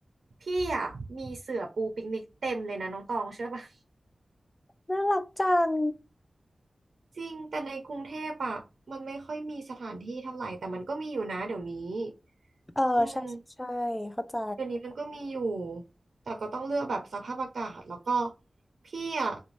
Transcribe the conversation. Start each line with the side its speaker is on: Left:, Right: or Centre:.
Right: พี่อ่ะมีเสื่อปูปิกนิกเต็มเลยนะน้องตองเชื่อปะ
Left: น่ารักจัง
Right: จริงแต่ในกรุงเทพอะมันไม่ค่อยมีสถานที่เท่าไหร่แต่มันก็มีอยู่นะเดี๋ยวนี้
Left: เออใช่ใช่ใช่เข้าใจ
Right: อืมเดี๋ยวนี้มันก็มีอยู่แต่ก็ต้องเลือกแบบสภาพอากาศแล้วก็พี่อะ